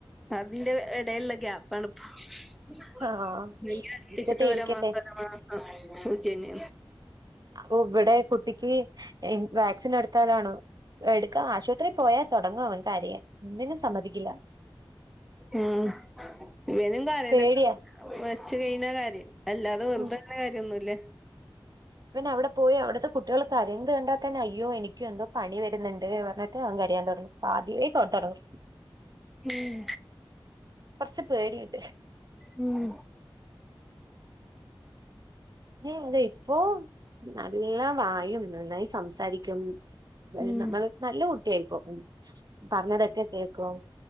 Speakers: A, in the centre; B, on the right.
A: അതിന്റെ ഇടയിലെ ഗ്യാപ്പാണ് ഇപ്പോൾ <unintelligible>
B: ആഹ് ഇരിക്കട്ടെ
A: ഓരോ
B: ഇരിക്കട്ടെ
A: മാസം ഒരോ മാസം സൂചന്യ
B: ഓ ഇവിടെ കുട്ടിക്ക് <unintelligible> വാക്സിൻ എടുത്താലാണോ എടുക്കാ ആശുപത്രിൽ പോയാ തുടങ്ങും അവൻ കരയാൻ ഒന്നിനും സമ്മതിക്കില്ല
A: ഉം ഇവനും കരയും
B: പേടിയാ
A: വെച്ച് കഴിഞ്ഞാ കരയും അല്ലാതെ വെറുതെ
B: ഉം
A: <unintelligible> ഒന്നും ഇല്ല
B: ഇവൻ അവിടെ പോയി അവിടുത്തെ കുട്ടികൾ കരയുന്നത് കണ്ടാൽ തന്നെ അയ്യോ എനിക്കും എന്തോ പണി വരുന്നുണ്ട് പറഞ്ഞിട്ട് അവൻ കരയാൻ തുടങ്ങും അദ്യമെ തുടങ്ങും
A: ഉം
B: കുറച്ച് പേടിയുണ്ട്
A: ഉം
B: ഏ അത് ഇപ്പോ നല്ല വായും നന്നായി സംസാരിക്കും
A: ഉം
B: നമ്മള് നല്ല കുട്ടിയായിപ്പോ പറഞ്ഞതൊക്കെ കേൾക്കും